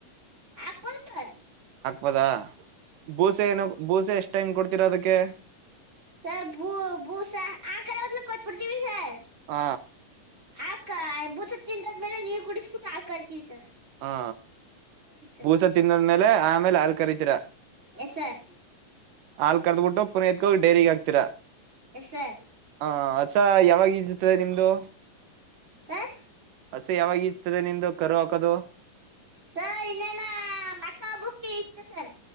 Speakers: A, on the right; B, on the right.
A: ಆ ಸನ್
B: ವದ ಬೂಸೆ ಏನೋ ಬೂಸೆ ಎಷ್ಟ್ ಟೈಮ್ ಕೊಡ್ತಿೀರೋ ಅದಕ್ಕೆ ೆ
A: ಸರ್ ಬೂ ಬೂಸ ಆ ಕಡೆ ಹದ್ಲ ಕೊಟ್ಬಿಡ್ತೀವಿ ಸರ್
B: ಹ
A: ಆಕ್ಕ ಬತ ತಿಂದಾದ್ಮೇಲೆ ನೀವ್ ಕುಡಿಸ್ಬಿಟ್ಟು ಆಾ ಕರ್ತೀವಿ ಸರ್
B: ಹಾ
A: ಎಸ್ ಸರ್
B: ಬೂಸ ತನ್ನದ್ಮೇಲೆ ಆಮೇಲೆ ಹಾಲ್ ಕರಿತೀರ
A: ಎಸ್ ಸರ್
B: ಹಲ್ ಕರೆದಬಿಟ್ಟು ಪುನ ಇಗ ಡೈರಿಗೆ ಆಗ್ತಿರಾ
A: ಎಸ್ ಸರ್
B: ಹ ಅಸ ಯಾವಾಗತದೆ ನಿಮ್ದು
A: ಸರ್
B: ಅಸ ಯಾವಾಗತದೆ ನಿಮ್ದು ಕರುವ ಅದು
A: ಸ ಇನ್ನೇನ ಮಕ್ಕ ಬುಕ್ಕಿ ಇತ್ತು ಸರ್.